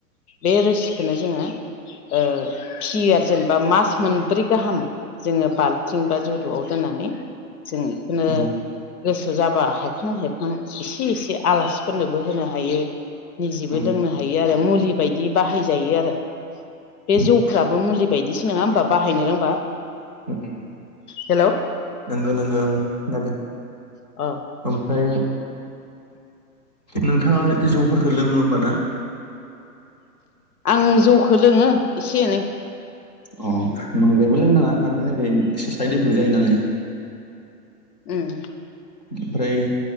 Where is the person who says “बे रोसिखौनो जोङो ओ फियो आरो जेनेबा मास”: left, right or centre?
Left